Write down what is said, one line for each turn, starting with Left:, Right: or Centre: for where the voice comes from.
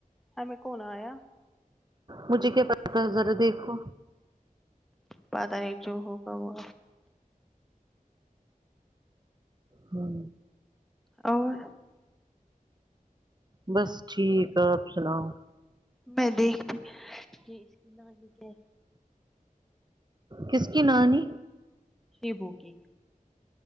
Centre: ہ میں کون آیا
Right: مجھے کیا پتا ہے ذرا دیکھو
Centre: پیدا ایک جو ہوگا وہ
Right: ہوں
Centre: اور
Right: بس ٹھیک آپ سناؤ
Centre: میں دیکھتی ہ کہ اس کی نانی کہ
Right: کس کی نانی
Centre: ایبو کی